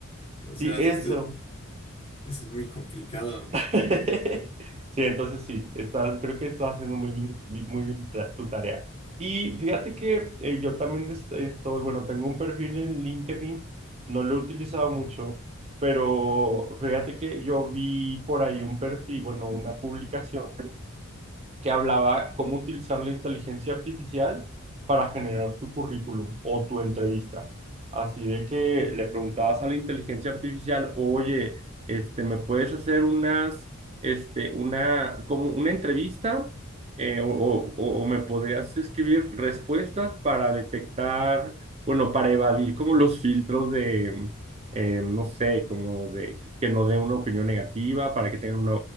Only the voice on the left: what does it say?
O sea,
eso es, de- eso es muy complicado.